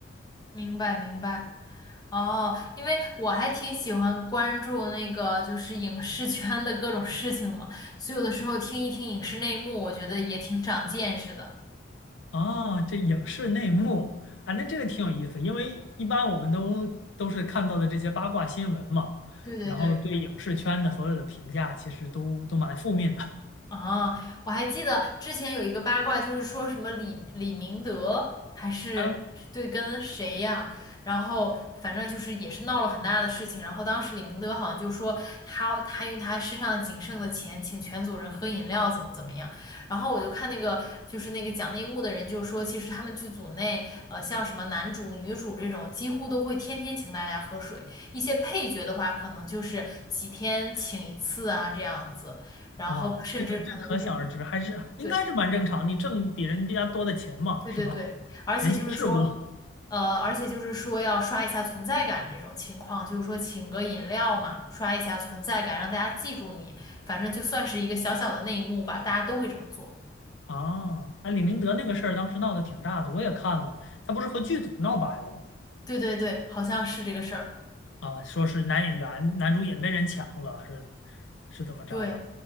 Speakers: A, on the left; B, on the left.
A: 明白明白。哦，因为我还挺喜欢关注那个就是影视圈的各种事情嘛，所以有的时候听一听影视内幕，我觉得也挺长见识的。
B: 哦，这影视内幕啊，那这个挺有意思，因为一般我们都都是看到的这些八卦新闻嘛，
A: 对对对。
B: 然后对影视圈的所有的评价其实都都蛮负面的
A: 啊，我还记得之前有一个八卦，就是说什么李李明德还是对跟谁呀、
B: <laughs>。嗯
A: 然后反正就是也是闹了很大的事情。然后当时李明德好像就说他他用他身上仅剩的钱请全组人喝饮料，怎么怎么样。然后我就看那个就是那个讲内幕的人就说，其实他们剧组内呃像什么男主女主这种，几乎都会天天请大家喝水。一些配角的话，可能就是几天请一次啊这样子。然后甚至可能就是
B: 啊，这能这可想而知，还是应该是蛮正常，
A: 对
B: 你挣比人家多的钱嘛，
A: 对对对，
B: 是吧？
A: 而且就是说，
B: 人情世故
A: 呃，而且就是说要刷一下存在感这种情况，就是说请个饮料嘛，刷一下存在感，让大家记住你，反正就算是一个小小的内幕吧，大家都会这么做。
B: 啊，啊，李明德那个事儿当时闹得挺大的，我也看了，他不是和剧组闹掰了吗？
A: 对对对，好像是这个事儿。
B: 啊，说是男演员男主演被人抢了，是是怎么着了？
A: 对，